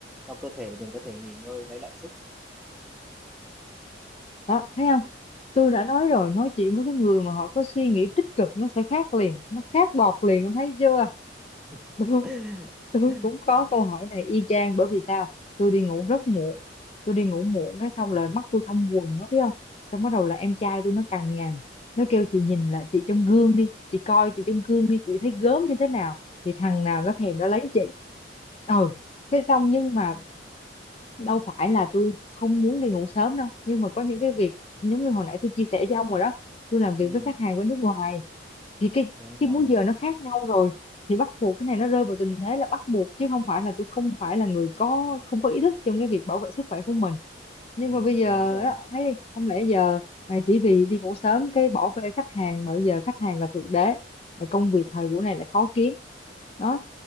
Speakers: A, in the centre; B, on the left.
A: cho cơ thể mình có thể nghỉ ngơi lấy lại sức
B: đó, thấy không? Tôi đã nói rồi, nói chuyện với cái người mà họ có suy nghĩ tích cực nó sẽ khác liền, nó khác bọt liền, ông thấy chưa?
A: <laughs>
B: <laughs> tôi cũng có câu hỏi này y chang bởi vì sao tôi đi ngủ rất muộn tôi đi ngủ muộn cái xong
A: ừ.
B: là mắt tôi thâm quầng nó biết không xong bắt đầu là em trai tôi nó cằn nhằn nó kêu chị nhìn là chị trong gương đi chị coi chị trong gương đi chị thấy gớm như thế nào thì thằng nào nó thèm nó lấy chị ừ cái xong nhưng mà đâu phải là tôi không muốn đi ngủ sớm đâu nhưng mà có những cái việc giống như hồi nãy tôi chia sẻ với ông rồi đó tôi làm việc
A: ừ
B: với khách hàng bên nước ngoài thì cái
A: đúng
B: cái
A: rồi
B: múi giờ nó khác nhau rồi thì bắt buộc cái này nó rơi vào tình thế là bắt buộc chứ không phải là tôi không phải là người có không có ý thức trong cái việc bảo vệ sức khỏe của mình nhưng
A: ừ
B: mà bây giờ
A: đúng rồi
B: đó ông thấy đi không lẽ giờ à, chỉ vì đi ngủ sớm cái bỏ bê khách hàng mà bây giờ khách hàng là thượng đế Rồi công việc thời buổi này lại khó kiếm đó